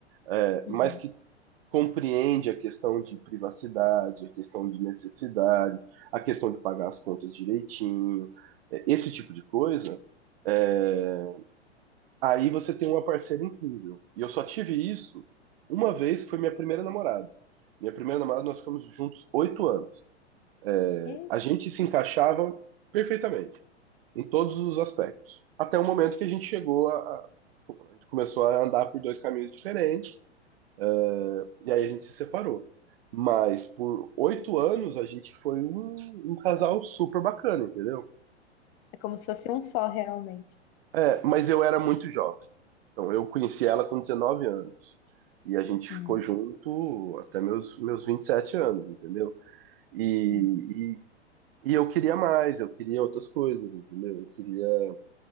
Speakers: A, on the right; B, on the left.
A: é,
B: uhum.
A: mas que compreende a questão de privacidade, a questão de necessidade, a questão de pagar as contas direitinho, é, esse tipo de coisa, é, aí você tem uma parceira incrível. E eu só tive isso uma vez, que foi minha primeira namorada. Minha primeira namorada, nós ficamos juntos oito anos. É,
B: É,
A: a gente se encaixava perfeitamente em todos os aspectos. Até o momento que a gente chegou a, a, a gente começou a andar por dois caminhos diferentes, uh, e aí a gente se separou. Mas por oito anos a gente foi um, um casal super bacana, entendeu?
B: é como se fosse um só, realmente.
A: É, mas eu era muito jovem. Então eu conheci ela com 19 anos. E a gente ficou
B: Uhum.
A: junto até meus, meus 27 anos, entendeu? E,
B: Uhum.
A: e, e eu queria mais, eu queria outras coisas, entendeu? Eu queria,